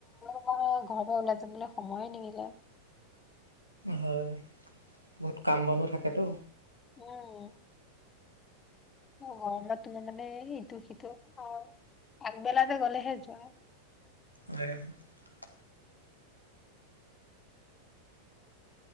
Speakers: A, on the left; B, on the right.
A: মই ঘৰৰ পৰা ওলাই যাবলৈ সময়ে নিমিলে।
B: হয় বহুত কাম বনো থাকেতো।
A: উম। অ' তোমাৰ মানে সটো সিটো আগবেলাতে গ'লেহে যোৱা।
B: আৰু <unintelligible>